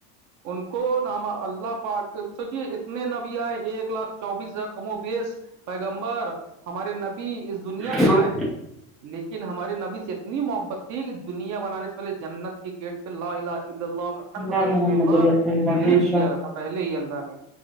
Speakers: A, on the right; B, in the centre.
A: ان کو ن اللہ پاک سوچیے اتنے نبیا ایک لاکھ چوبیس ہزار کم و بیس پیگمبر ہمارے نبی اس دنیا
B: جی
A: پہ آئے لیکن ہماریے نبی سے اتنی محبت تھی کہ دنیا بنانے سے پہے جنت کے گیٹ پہ لا ال اللہ محمد
B: اللہ
A: رسول
B: محمد
A: اللہ
B: رسول بے
A: لکھ
B: شک
A: دیا تھا پہلے ہی اللہ نے